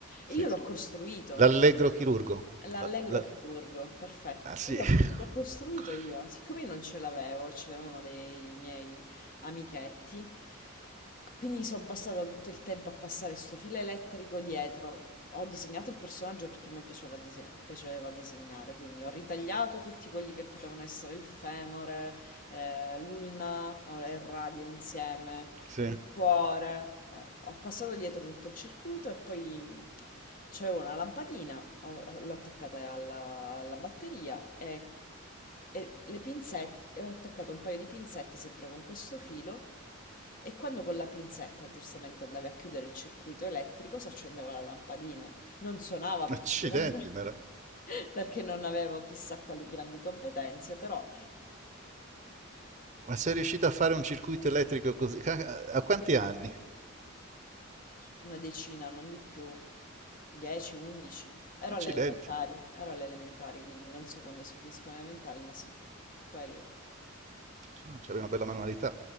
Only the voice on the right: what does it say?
Sì.
L'allegro chirurgo.
La- la-
Ah, sì.
<laughs>
Sì.
Accidenti,
ma, era-
ma sei riuscito a fare un circuito elettrico così? Ca- A quanti anni?
Accidenti.
Cioè, No, C'aveva una bella manualità.